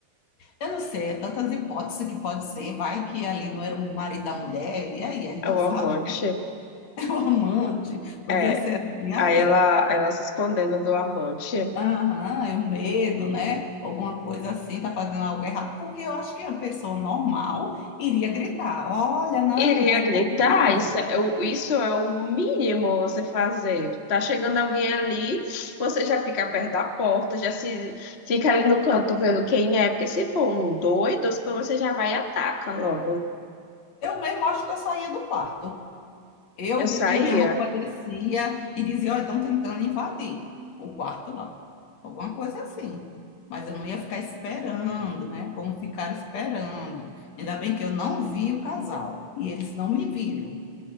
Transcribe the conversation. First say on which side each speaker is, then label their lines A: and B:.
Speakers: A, on the left; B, on the left.
A: Eu não sei, é tantas hipóteses que pode ser. Vai que ali não era o marido da mulher. E aí, a gente
B: o
A: não sabe,
B: amante.
A: né? <laughs> O amante. Podia
B: É,
A: ser assim. Aí,
B: aí ela, ela se escondendo do amante.
A: aham, eu medo, né? Alguma coisa assim, tá fazendo algo errado. Porque eu acho que uma pessoa normal iria gritar: Olha, não,
B: Iria
A: tá invadindo.
B: gritar, isso é o, isso é o mínimo você fazer. Tá chegando alguém ali, você já fica perto da porta, já se fica ali no canto vendo quem é, porque se for um doido, você já vai e ataca logo.
A: Eu mesmo acho que eu saía do quarto. Eu
B: Eu
A: vestia
B: saía,
A: minha roupa, descia e dizia, ó, estão tentando invadir o quarto lá. Alguma coisa assim. Mas eu não ia ficar esperando, né? Como ficar esperando. Ainda bem que eu não vi o casal e eles não me viram.